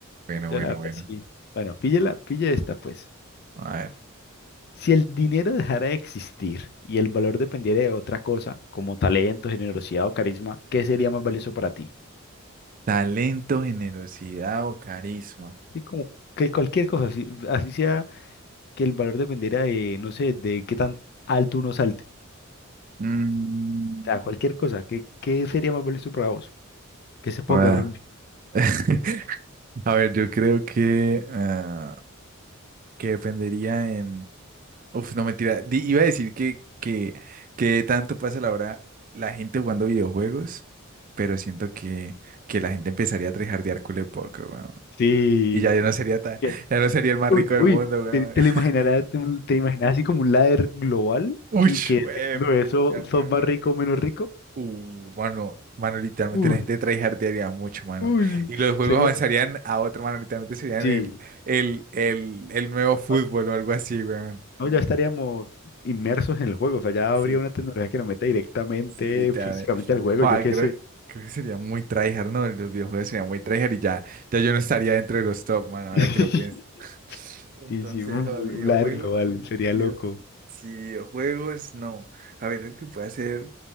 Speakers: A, on the right; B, on the left.
A: Bueno,
B: Yo
A: bueno,
B: la verdad
A: bueno.
B: sí. Bueno, píllela, pilla esta pues.
A: A ver.
B: Si el dinero dejara de existir y el valor dependiera de otra cosa, como talento, generosidad o carisma, ¿qué sería más valioso para ti?
A: Talento, generosidad o carisma.
B: Sí, como que cualquier cosa, así, así sea que el valor dependiera de, no sé, de qué tan alto uno salte.
A: Mm,
B: O sea, cualquier cosa, ¿qué, qué sería más valioso para vos? Que se ponga
A: joda.
B: rugby.
A: <laughs> A ver, yo creo que, ah, que dependería en... Uf, no mentira. Di- iba a decir que, que, que tanto pasa la hora la gente jugando videojuegos, pero siento que, que la gente empezaría a trejardear culo poco, weón.
B: Sí.
A: Y ya yo no sería tan,
B: Que-
A: ya no sería el más
B: Uy,
A: rico del
B: uy,
A: mundo, weón.
B: te, te
A: <laughs>
B: lo imaginarás, te, te imaginas así como un ladder global
A: Uy,
B: que- y que dependiendo
A: pucha,
B: de eso sos
A: weón.
B: más rico o menos rico.
A: Uh, mano, mano, literalmente
B: Uf,
A: la gente de tryhardearía mucho, mano.
B: uy,
A: Y los juegos
B: sería,
A: avanzarían a otro, mano, literalmente serían
B: sí.
A: el, el, el, el nuevo fútbol
B: Ah,
A: o algo así, weón.
B: No, ya estaríamos inmersos en el juego, o sea, ya
A: Sí,
B: habría una tecnología que nos meta directamente,
A: sí, literalmente.
B: físicamente al juego,
A: Joder,
B: yo qué
A: creo,
B: sé.
A: creo que sería muy tryhard, ¿no? Los videojuegos serían muy tryhard y ya, ya yo no estaría dentro de los top, mano,
B: <laughs>
A: ahora que lo pienso. <laughs> Entonces,
B: Sí, sí, uf,
A: joder,
B: LAR
A: videojuegos,
B: global, sería
A: video-
B: loco.
A: sí, videojuegos, no. A ver, lo que puede hacer.